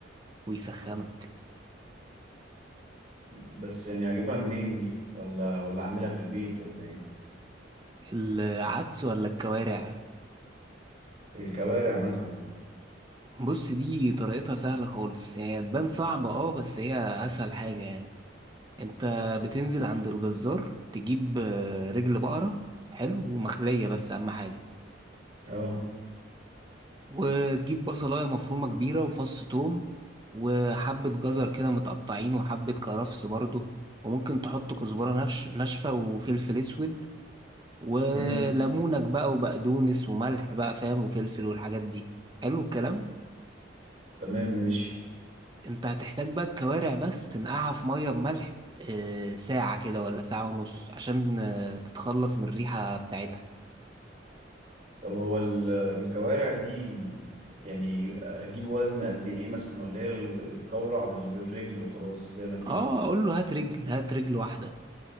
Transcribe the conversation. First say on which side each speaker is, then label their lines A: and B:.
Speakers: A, on the right; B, on the right.
A: ويسخنك
B: بس يعني اجيبها منين دي ولا ولا اعملها في البيت ولا ايه
A: العدس ولا الكوارع
B: الكوارع مثلا
A: بص دي طريقتها سهلة خالص هي تبان صعبة اه بس هي اسهل حاجة يعني انت بتنزل عند الجزار تجيب آه، رجل بقرة حلو ومخلية بس أهم حاجة
B: اه
A: وتجيب بصلاية مفرومة كبيرة وفص توم وحبة جزر كده متقطعين وحبة كرفس برضو وممكن تحط كزبرة نفش ناشفة وفلفل أسود وليمونك
B: امم
A: بقى وبقدونس وملح بقى فاهم وفلفل والحاجات دي حلو الكلام
B: تمام ماشي
A: انت هتحتاج بقى الكوارع بس تنقعها في مية بملح آه، ساعة كده ولا ساعة ونص عشان آه، تتخلص من الريحة بتاعتها
B: طب هو ال- الكوارع دي يعني اجيب وزن قد ايه مثلا ولا هي القورع بالرجل وخلاص زي ما تيجي
A: اه اقول له هات رجل هات رجل واحدة